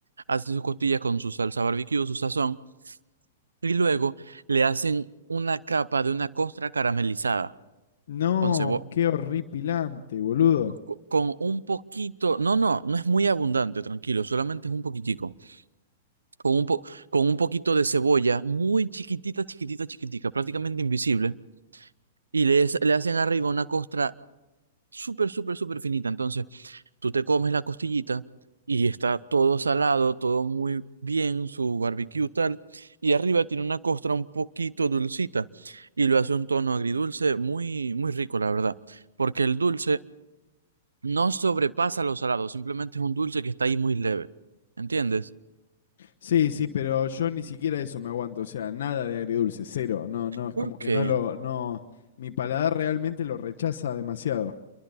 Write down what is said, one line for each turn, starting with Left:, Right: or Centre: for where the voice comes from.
Right: Hacen sus costillas con su salsa barbecue, su sazón, y luego le hacen una capa de una costra caramelizada
Left: No,
Right: con cebo-
Left: qué horripilante, boludo.
Right: co- con un poquito, no, no, no es muy abundante, tranquilo, solamente es un poquitico, con un po- con un poquito de cebolla muy chiquitita, chiquitita, chiquitica, prácticamente invisible, y le, le hacen arriba una costra súper, súper, súper finita. Entonces, tú te comes la costillita y está todo salado, todo muy bien, su barbecue tal, y arriba tiene una costra un poquito dulcita y lo hace un tono agridulce muy, muy rico, la verdad, porque el dulce no sobrepasa lo salado, simplemente es un dulce que está ahí muy leve, ¿entiendes?
Left: Sí, sí, pero yo ni siquiera eso me aguanto, o sea, nada de agridulce, cero, no, no, es
Right: ¿Por
Left: como
Right: qué?
Left: que no lo, no, mi paladar realmente lo rechaza demasiado.